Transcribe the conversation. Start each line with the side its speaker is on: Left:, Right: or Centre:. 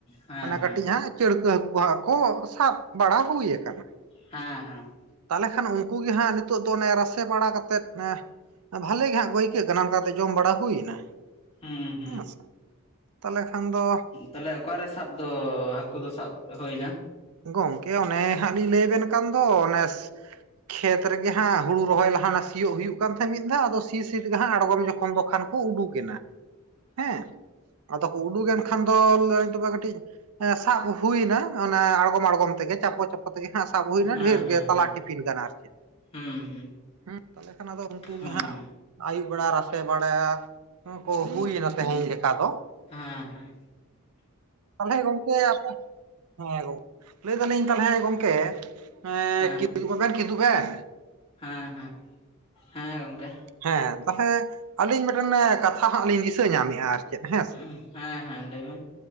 Left: ᱦᱮᱸ
Right: ᱢᱟᱱᱮ
Left: ᱦᱮᱸ
Right: ᱠᱟᱹᱴᱤᱡ ᱦᱟᱸᱜ ᱪᱟᱹᱲᱠᱟᱹ ᱦᱟᱹᱠᱩ ᱦᱟᱸ ᱠᱚ ᱥᱟᱵ ᱵᱟᱲᱟ ᱦᱩᱭ ᱟᱠᱟᱱᱟ᱾
Left: ᱦᱮᱸ ᱦᱮᱸ᱾
Right: ᱛᱟᱦᱚᱞᱮ ᱠᱷᱟᱱ ᱩᱱᱠᱩ ᱜᱮ ᱦᱟᱸᱜ ᱱᱤᱛᱚᱜ ᱫᱚ ᱚᱱᱮ ᱨᱟᱥᱮ ᱵᱟᱲᱟ ᱠᱟ ᱠᱟᱛᱮᱫ ᱵᱷᱟᱞᱮ ᱜᱮ ᱦᱟᱸᱜ ᱠᱚ ᱟᱹᱭᱠᱟᱹᱜ ᱠᱟᱱᱟ ᱚᱱᱠᱟᱛᱮ ᱡᱚᱢ ᱵᱟᱲᱟ ᱦᱩᱭᱱᱟ᱾
Left: ᱦᱩᱸ ᱦᱩᱸ
Right: ᱦᱮᱸ ᱥᱮ ᱛᱟᱦᱚᱞᱮ ᱠᱷᱟᱱ ᱫᱚ
Left: ᱛᱟᱦᱚᱞᱮ ᱚᱠᱟᱨᱮ ᱥᱟᱵ ᱫᱚ ᱦᱟᱹᱠᱩ ᱫᱚ ᱥᱟᱵ ᱦᱩᱭ ᱮᱱᱟ?
Right: ᱜᱚᱝᱠᱮ ᱚᱱᱮ ᱦᱟᱸᱜ ᱞᱤᱧ ᱞᱟᱹᱭ ᱟᱵᱮᱱ ᱠᱟᱱ ᱫᱚ ᱚᱱᱮ ᱠᱷᱮᱛ ᱨᱮᱜᱮ ᱦᱟᱸᱜ ᱦᱩᱲᱩ ᱨᱚᱦᱚᱭ ᱞᱟᱦᱟ ᱥᱤᱭᱳ ᱦᱩᱭᱩᱜ ᱠᱟᱱ ᱛᱟᱦᱮᱸᱫ ᱢᱤᱫ ᱫᱷᱟᱣ ᱟᱫᱚ ᱥᱤ ᱥ ᱜᱮ ᱦᱟᱸᱜ ᱟᱲᱜᱚᱢ ᱡᱚᱠᱷᱚᱱ ᱫᱚ ᱠᱷᱟᱱ ᱠᱚ ᱩᱰᱩᱠᱮᱱᱟ ᱦᱮᱸ ᱟᱫᱚ ᱠᱚ ᱩ ᱰᱩᱠ ᱮᱱ ᱠᱷᱟᱱ ᱫᱚ ᱞᱟᱹᱭᱫᱟᱹᱧ ᱛᱚᱵᱮ ᱠᱟᱹᱴᱤᱡ ᱮᱸ ᱥᱟᱵ ᱦᱩᱭᱱᱟ ᱚᱱᱟ ᱟᱲᱜᱚᱢ ᱟᱲᱜᱚᱢ ᱛᱮᱜᱮ ᱪᱟᱯᱚ ᱪᱟᱯᱚ ᱛᱮᱜᱮ ᱦᱟᱸᱜ ᱥᱟᱵ ᱦᱩᱭᱱᱟ
Left: ᱦᱮᱸ
Right: ᱰᱷᱮᱨ
Left: ᱦᱮᱸ
Right: ᱜᱮ ᱛᱟᱞᱟ
Left: ᱦᱮᱸ
Right: ᱴᱤᱯᱤᱱ ᱜᱟᱱ ᱟᱨ ᱪᱮᱫ᱾
Left: ᱦᱩᱸ ᱦᱩᱸ
Right: ᱦᱮᱸ ᱛᱟᱦᱚᱞᱮ ᱠᱷᱟᱱ ᱟᱫᱚ ᱩᱱᱠᱩ
Left: ᱦᱩᱸ
Right: ᱜᱮ ᱦᱟᱸᱜ ᱟᱹᱭᱩᱵ ᱵᱮᱲᱟ ᱨᱟᱥᱮ ᱵᱟᱲᱟ ᱠᱚ ᱦᱩᱭᱱᱟ ᱛᱮᱦᱮᱧ ᱞᱮᱠᱟ ᱫᱚ᱾
Left: ᱦᱮᱸ ᱦᱮᱸ
Right: ᱛᱟᱦᱚᱞᱮ ᱜᱚᱝᱠᱮ ᱟᱯᱮ, ᱦᱮᱸ ᱜᱚᱝᱠᱮ ᱞᱟᱹᱭ ᱫᱟᱞᱤᱧ ᱛᱟᱦᱚᱞᱮ ᱜᱚᱢᱠᱮ ᱮᱸᱻ
Left: ᱦᱮᱸ
Right: ᱠᱤᱫᱩᱵ ᱦᱚᱸᱵᱮᱱ ᱠᱤᱫᱩᱵ ᱮᱱ᱾
Left: ᱦᱮᱸ ᱦᱮᱸ, ᱦᱮᱸ ᱜᱚᱝᱠᱮ᱾
Right: ᱦᱮᱸ ᱛᱟᱦᱚᱞᱮ ᱟᱹᱞᱤᱧ ᱢᱤᱫᱴᱮᱱ ᱠᱟᱛᱷᱟ ᱦᱟᱸᱜ ᱞᱤᱧ ᱫᱤᱥᱟᱹ ᱧᱟᱢᱮᱜᱼᱟ ᱟᱨ ᱪᱮᱫ ᱦᱮᱸ ᱥᱮ
Left: ᱩᱸᱦ ᱦᱮᱸ ᱦᱮᱸ ᱞᱟᱹᱭᱵᱮᱱ᱾